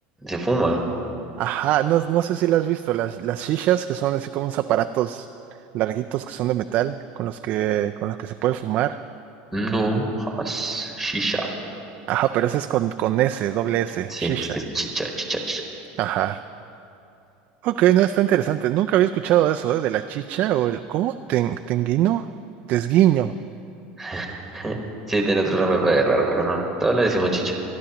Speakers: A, in the centre; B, on the right (about 40°).
A: ¿se fuma?
B: Ajá, no, no sé si la has visto, las, las shishas que son así como unos aparatos larguitos que son de metal, con los que, con los que se puede fumar.
A: No, jamás. Shisha.
B: Ajá, pero ese es con, con S, doble S,
A: Sí,
B: shisha.
A: este es chicha, chicha, chicha.
B: Ajá. Ok, no, está interesante. Nunca había escuchado eso, ¿eh? De la chicha o el, ¿cómo? Ten, tenguino, tesguiño.
A: <laughs> Sí, tiene otro nombre pero es raro, pero no. Todos le decimos chicha.